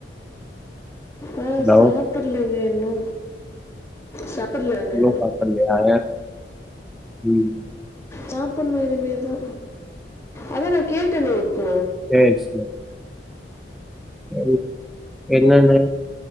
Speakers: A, on the left; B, in the centre.
A: ஆ
B: ஹலோ
A: சாப்படலங்க இன்னு சாப் பிட்ல நானு
B: இன்னும் சாப்பிடலையா ஏன்? ம்
A: சாப் புட்னு இனிமேதா அதா நா கேட்டனே இப்போ
B: சரியாயிருச்சி மேம் சேரி என்னன்னு